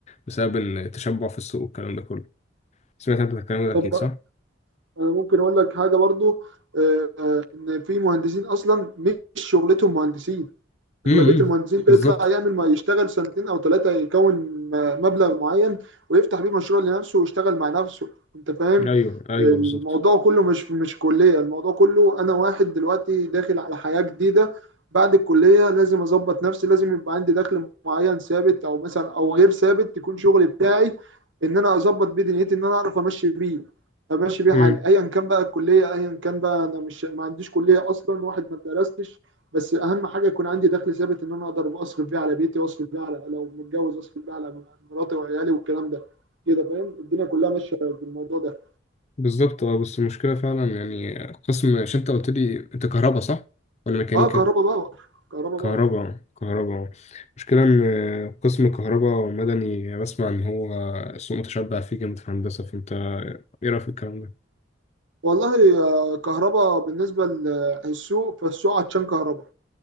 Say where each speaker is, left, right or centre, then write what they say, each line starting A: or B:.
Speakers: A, on the left; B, on the right.
A: بسبب التشبع في السوق والكلام ده كله سمعت أنت الكلام ده أكيد
B: طب
A: صح؟
B: أنا ممكن أقول لك حاجة برضو آه، آه، إن في مهندسين أصلا مش شغلتهم مهندسين اغلبيه
A: امم
B: المهندسين بيطلع
A: بالظبط
B: يعمل ما يشتغل سنتين او ثلاثه يكون م- مبلغ معين ويفتح بيه مشروع لنفسه ويشتغل مع نفسه انت فاهم
A: ايوه ايوه
B: الموضوع
A: بالظبط
B: كله مش مش كليه الموضوع كله انا واحد دلوقتي داخل على حياه جديده بعد الكليه لازم اظبط نفسي لازم يبقى عندي دخل معين ثابت او مثلا او غير ثابت يكون شغلي بتاعي ان انا اظبط بيه دنيتي ان انا اعرف امشي بيه امشي بيه حالي
A: امم
B: ايا كان بقى الكليه ايا كان بقى انا مش ما عنديش كليه اصلا واحد ما درستش بس اهم حاجه يكون عندي دخل ثابت ان انا اقدر اصرف بيه على بيتي واصرف بيه على لو متجوز اصرف بيه على مراتي وعيالي والكلام ده كده فاهم الدنيا كلها ماشيه بالموضوع ده
A: بالظبط اه بس المشكلة فعلا يعني قسم عشان انت قلت لي انت كهرباء صح؟ ولا ميكانيكا؟
B: اه كهرباء باور كهرباء
A: كهرباء
B: باور
A: كهرباء المشكلة ان قسم كهرباء مدني بسمع ان هو سوق متشبع فيه جامد في هندسة فانت ايه رأيك في الكلام ده؟
B: والله آه، كهرباء بالنسبه للسوق فالسوق عطشان كهرباء